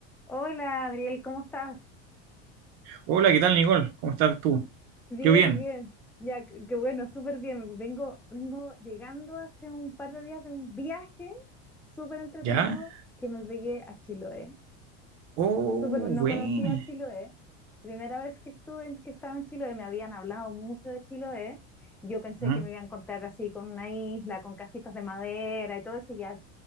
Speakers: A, in the centre; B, on the right (about 60°).
A: Hola, Adriel, ¿cómo estás?
B: Hola, ¿qué tal, Nicole? ¿Cómo estás tú?
A: Bien,
B: Yo bien.
A: bien. Ya, qué qué bueno, súper bien. Vengo, vengo llegando hace un par de días de un viaje súper entretenido
B: ¿Ya?
A: que me pegué a Chiloé.
B: Oh,
A: Súper, no
B: bueno.
A: conocía Chiloé. Primera vez que estuve, en- que estaba en Chiloé, me habían hablado mucho de Chiloé. Yo pensé
B: Mm,
A: que me iban a contar así con una isla, con casitas de madera y todo eso. y Ya